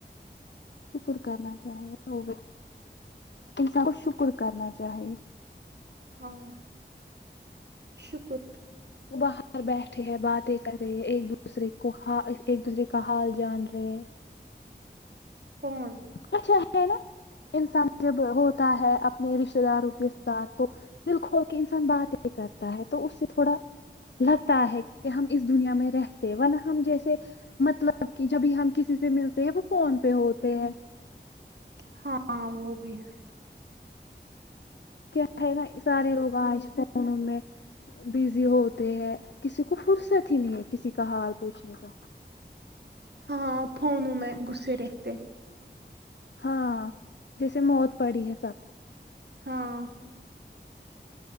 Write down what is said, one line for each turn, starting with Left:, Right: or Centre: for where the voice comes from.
Left: شکر کرنا چاہیے ہوگی انسان کو شکر کرنا چاہیے
Right: ہاں شکر
Left: وہ باہر بیٹھے ہے باتیں کر رہے ہے ایک دوسرے کو ہ ایک دوسرے کا حال جان رہے ہیں
Right: کون
Left: اچھا ہے نا انسان جب ہوتا ہے اپنے رشتے داروں کے ساتھ تو دل کھول کے انسان باتیں کرتا ہے تو اس سے تھوڑا لگتا ہے کہ ہم اس دنیا میں رہتے ورنہ ہم جیسے مطلب جب کہ جبھی ہم کسی سے ملتے ہیں وہ فون پہ ہوتے ہیں
Right: ہاں وہ بھی ہے
Left: کیا ہے نا سارے لوگ آج فونوں میں بزی ہوتے ہیں کسی کو فرصت ہی نہیں ہے کسی کا حال پوچھنے کا
Right: ہاں فونوں میں گسے رہتے ہیں
Left: ہاں جیسے موت پڑی ہے سب
Right: ہاں